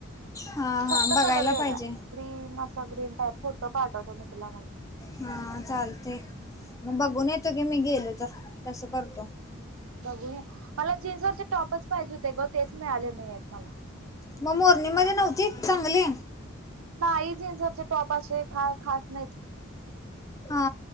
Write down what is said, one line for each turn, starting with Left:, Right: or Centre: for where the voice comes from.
Left: हा
Right: फक्त
Left: हा बघायला
Right: कलर वेग
Left: पाहिजे
Right: ग्रीन असां ग्रीन टाईप फोटो पाठवतो मी तुला नंतर
Left: हा चालतय. म बघून येतो की मी, गेलो तर तसं करतो.
Right: हं बघून ये. मला जीन्सवरचे टॉपच पाहिजे होते ग तेच मिळाले नाइयेत मला
Left: म मोरणीमध्ये नव्हती चांगली
Right: नाही जिन्सवरचे टॉप असे काय, खास नाहीत.
Left: हा